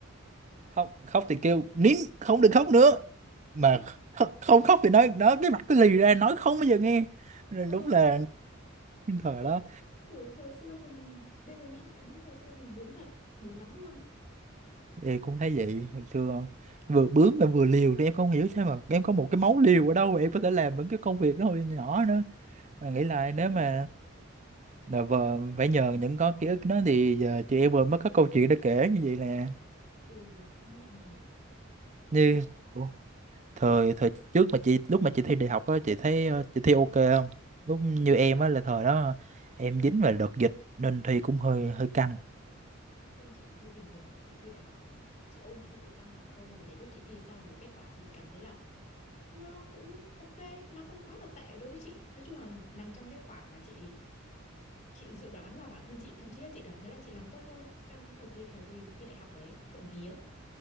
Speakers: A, on the right; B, on the left.
A: khóc khóc thì kêu nín không được khóc nữa mà
B: đúng rồi
A: kh- không khóc thì nói nó cái mặt cứ lì ra nói không bao giờ nghe Rồi
B: ừ
A: đúng là
B: đấy
A: cái thời
B: Ủa,
A: đó
B: kiểu thời xưa mình bây giờ nghĩ lại đúng thời xưa mình bướng thật bướng lắm luôn
A: em cũng thấy vậy hồi xưa vừa bướng mà vừa liều thì em không hiểu sao mà em có một cái máu liều ở đâu mà em có thể làm những cái công việc đó hồi nhỏ nữa mà nghĩ lại
B: chị
A: nếu
B: không
A: mà
B: có gì.
A: Dạ vâng, phải nhờ những có ký ức đó thì giờ chị em vừa mới có câu chuyện để kể như vậy nè.
B: ừ không nhận nhở eo
A: Như
B: ơi
A: Ủa, thời thời trước mà chị lúc mà chị thi đại học á chị thấy ờ, chị thi ok không? Lúc như em á là thời đó em dính vào đợt dịch nên thi cũng hơi hơi căng.
B: không chị thấy bình thường chị thi đại học chị ôn thi thì căng thẳng thôi nhưng mà đến lúc chị thi xong rồi kết quả chị chỉ cảm thấy là nó cũng ok nó không quá là tệ đối với chị nói chung là nằm trong cái khoảng mà chị chị dự đoán là bản thân chị thậm chí là chị cảm thấy là chị làm tốt hơn trong cái thời kỳ thời kỳ thi đại học đấy trộm vía